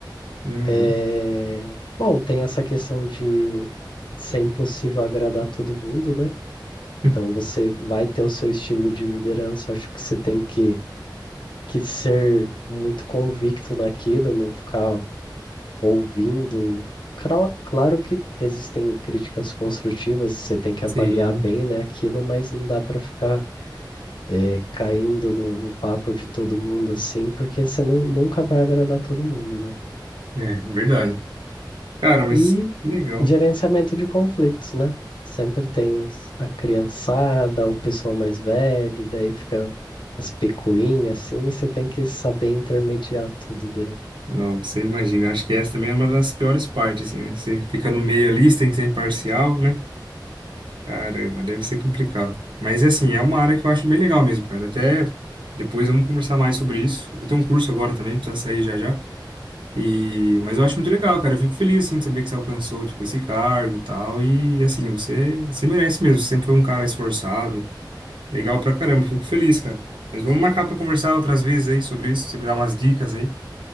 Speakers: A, on the right; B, on the left.
A: Uhum.
B: É... Bom, tem essa questão de ser impossível agradar todo mundo, né?
A: <laughs>
B: Então você vai ter o seu estilo de liderança, acho que você tem que, que ser muito convicto naquilo e não ficar ouvindo. Cra- Claro que existem críticas construtivas, você tem que
A: Sim,
B: avaliar bem, né, aquilo, mas não dá para ficar eh, caindo no, no papo de todo mundo assim, porque você nu- nunca vai agradar todo mundo, né?
A: é verdade. Cara, mas
B: E
A: que legal.
B: gerenciamento de conflitos, né? Sempre tem os- a criançada, o pessoal mais velho, e daí fica as picuinhas assim, você tem que saber intermediar tudo daí.
A: Não, você imagina. Eu acho que essa também é uma das piores partes, assim, né? Você fica no meio ali, você tem que ser imparcial, né? Caramba, deve ser complicado. Mas, assim, é uma área que eu acho bem legal mesmo, cara. Até depois vamos conversar mais sobre isso. Eu vou ter um curso agora também, precisa sair já já. E... Mas eu acho muito legal, cara. Eu fico feliz, assim, de saber que você alcançou, tipo, esse cargo e tal. E, assim, você, você merece mesmo. Você sempre foi um cara esforçado. Legal pra caramba. Fico feliz, cara. Mas vamos marcar pra conversar outras vezes aí sobre isso. Você me dá umas dicas aí.